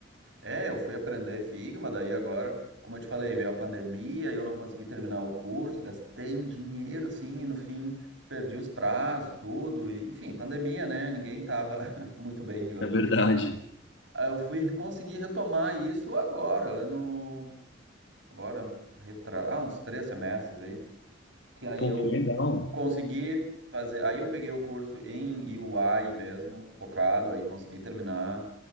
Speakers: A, on the right; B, on the left.
A: É, eu fui aprender Figma, daí agora, como eu te falei, veio a pandemia, eu não consegui terminar o curso, gastei um dinheiro assim, e no fim perdi os prazos, tudo, e enfim, pandemia, né? Ninguém tava <laughs> muito bem, digamos
B: É verdade.
A: assim. Aí Eu fui conseguir retomar isso agora, ano, agora, ano retra... ah, uns três semestres aí, que aí
B: Pô,
A: eu
B: que legal.
A: consegui fazer, aí eu peguei o curso em UI mesmo, focado, aí consegui terminar.